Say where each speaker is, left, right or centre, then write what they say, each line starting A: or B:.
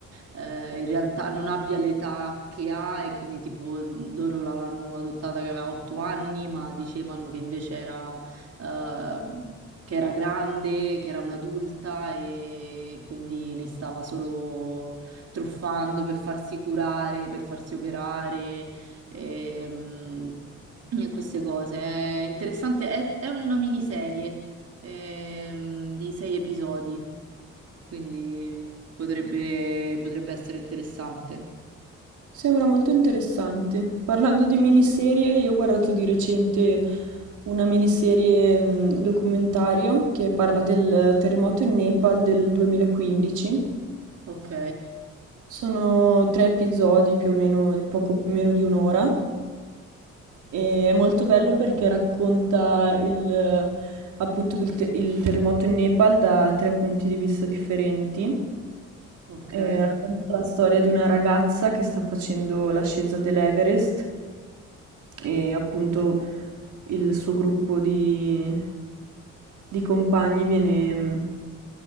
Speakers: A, on the right (about 55°); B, on the right (about 75°).
A: eh, in realtà non abbia l'età che ha e quindi tipo loro l'avevano adottata che aveva 8 anni, ma dicevano che invece era... ehm, che era grande, che era un'adulta e quindi li stava solo truffando per farsi curare, per farsi operare, ehm, e queste cose. È interessante, è, è una miniserie, ehm, di sei episodi, quindi potrebbe, potrebbe essere interessante.
B: Sembra molto interessante. Parlando di miniserie, io ho guardato di recente una miniserie mh, documentario che parla del terremoto in Nepal del 2015.
A: Ok,
B: Sono tre episodi più o meno, di poco meno di un'ora, e è molto bello perché racconta il, eh, appunto il, te- il terremoto in Nepal da tre punti di vista differenti.
A: ok,
B: Eh, racconta la storia di una ragazza che sta facendo l'ascesa dell'Everest e appunto il suo gruppo di, di compagni viene,